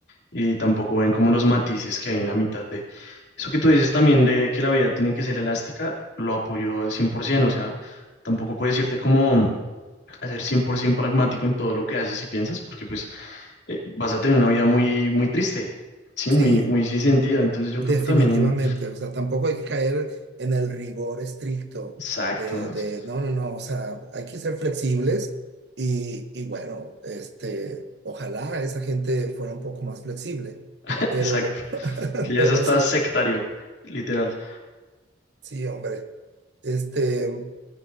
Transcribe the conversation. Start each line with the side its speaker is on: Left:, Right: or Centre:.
Left: Y tampoco ven como los matices que hay en la mitad de... Eso que tú dices también de que la vida tiene que ser elástica, lo apoyo al 100%, o sea, tampoco puedes irte como a ser 100% pragmático en todo lo que haces y piensas, porque pues eh, vas a tener una vida muy, muy triste, sí,
Right: Sí,
Left: muy, muy sin sentido. Entonces yo
Right: Definitivamente,
Left: creo que también,
Right: o sea, tampoco hay que caer en el rigor estricto
Left: exacto,
Right: de,
Left: ¿no? es-
Right: de no, no, no, o sea, hay que ser flexibles y, y bueno, este, ojalá esa gente fuera un poco más flexible,
Left: <laughs>
Right: pero,
Left: exacto,
Right: <laughs>
Left: que ya
Right: pero
Left: es hasta
Right: sí,
Left: sectario, literal.
Right: sí, hombre, este,